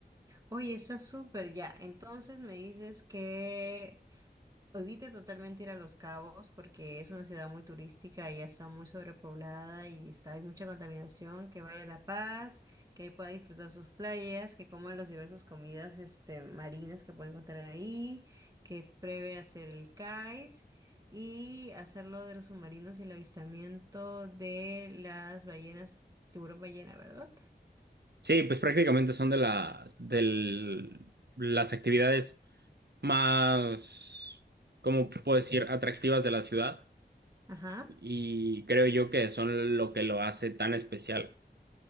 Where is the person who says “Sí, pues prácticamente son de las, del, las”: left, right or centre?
Right